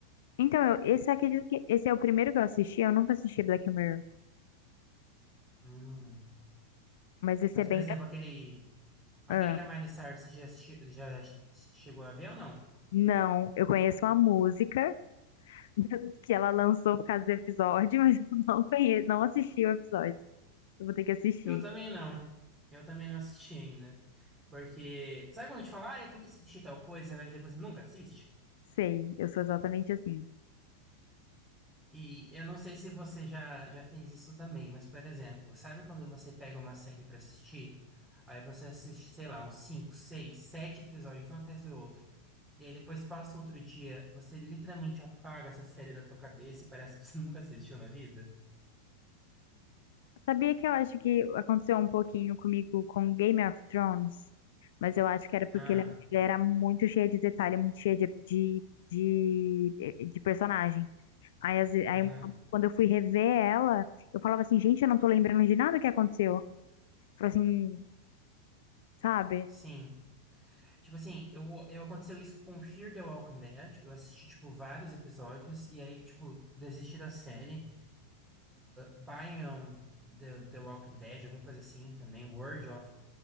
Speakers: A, on the left; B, on the right.
A: Então, eu, esse acredito que esse é o primeiro que eu assisti. Eu nunca assisti Black Mirror,
B: Hum.
A: mas esse
B: Mas,
A: é bem.
B: por exemplo,
A: le-
B: aquele, aquele
A: Ah,
B: Camari Sar, você já, assisti- já chegou a ver ou não?
A: não, eu conheço a música <laughs> que ela lançou por causa do episódio, <laughs> mas eu não conheço, não assisti o episódio. Eu vou ter que assistir.
B: Eu também não. Eu também não assisti ainda. Porque, sabe quando a gente fala, ah, eu tenho que assistir tal coisa, mas aí você nunca assiste?
A: Sei, eu sou exatamente assim.
B: E eu não sei se você já, já fez isso também, mas, por exemplo, sabe quando você pega uma série pra assistir? Aí você assiste, sei lá, uns 5, 6, 7 episódios, um atrás do outro. E aí depois passa outro dia, você literalmente apaga essa série da tua cabeça e parece que você <laughs> nunca assistiu na vida.
A: Sabia que eu acho que aconteceu um pouquinho comigo com Game of Thrones, mas eu acho que era
B: Ah,
A: porque ele ele era muito cheio de detalhe, muito cheio de, de, de, eh, de personagem. Aí, às ve- aí,
B: aham,
A: quando eu fui rever ela, eu falava assim, gente, eu não tô lembrando de nada que aconteceu. Falei assim, sabe?
B: sim. Tipo assim, eu, eu aconteceu isso com Fear the Walking Dead. Eu assisti, tipo, vários episódios e aí, tipo, desisti da série. Bion the, the Walking Dead, alguma coisa assim também. World of